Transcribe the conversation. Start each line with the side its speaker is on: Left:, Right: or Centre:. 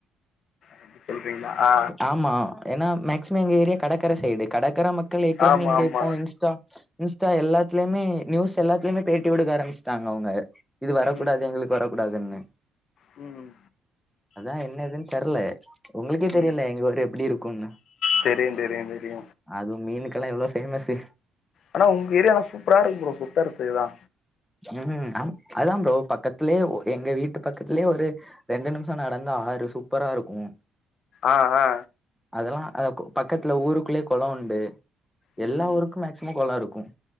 Left: அப்டி சொல்றீங்களா ஆ
Centre: ஆமா ஏன்னா மேக்சிமம் எங்க ஏரியா கடற்கரை சைடு கடற்கரை மக்கள் ஏ்கிறமே
Left: ஆமா
Centre: இங்க
Left: ஆமா
Centre: இப்போ இன்ஸ்டா இன்ஸ்டா எல்லாத்துலியுமே நியூஸ் எல்லாத்துலியுமே பேட்டி குடுக்க ஆரம்பிச்சுட்டாங்க அவுங்க இது வரக்கூடாது
Left: ம்
Centre: எங்களுக்கு வரக்கூடாதுன்னு
Left: ம்
Centre: அதா என்ன எதுன்னு தெர்ல உங்களுக்கே தெரியுல
Left: ம்
Centre: எங்க ஊர் எப்டி இருக்குனு
Left: தெரியு தெரியு தெரியு
Centre: அது மீனுக்களா எவ்ளோ ஃபேமஸூ
Left: ஆனா உங்க ஏரியாளா சூப்பரா இருக்கு ஃப்ரோ சுத்தரத்துகுல்லா
Centre: ம் ம் ஆம் அதாம் ஃப்ரோ பக்கத் த்துலயே உ எங்க வீட்டு பக்கத்துலயே ஒரு ரெண்டு நிமிஷம் நடந்தா ஆறு சூப்பரா இருக்கும்
Left: ஆ ஆ
Centre: அதெல்லாம் அதக்கு பக்கத்துல ஊருக்குள்ளேயே கொளம் உண்டு
Left: ம்
Centre: எல்லா
Left: ம்.
Centre: ஊருக்குமே மேக் ஸ்விம்மிங் ஃபுலா இருக்கும்